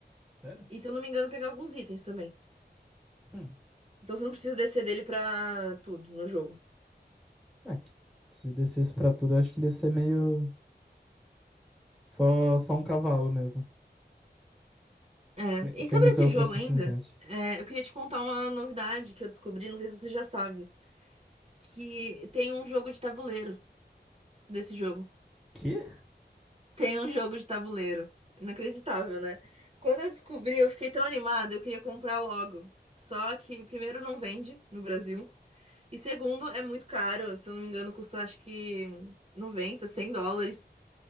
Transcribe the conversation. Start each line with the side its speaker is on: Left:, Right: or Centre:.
Centre: Sério?
Right: E se eu não me engano, pegar alguns itens também.
Centre: Hum.
Right: Então você não precisa descer dele pra tudo no jogo.
Centre: É, que se descesse pra tudo, eu acho que ele ia ser meio só, só um cavalo mesmo.
Right: É,
Centre: Sem, sem
Right: e sobre
Centre: muita
Right: esse
Centre: outra
Right: jogo
Centre: funcionalidade.
Right: ainda, é, eu queria te contar uma novidade que eu descobri, não sei se você já sabe, que tem um jogo de tabuleiro desse jogo.
Centre: Quê?
Right: Tem um jogo de tabuleiro. Inacreditável, né? Quando eu descobri, eu fiquei tão animada, eu queria comprar logo. Só que primeiro não vende no Brasil. E segundo, é muito caro. Se eu não me engano, custa acho que 90, 100 dólares.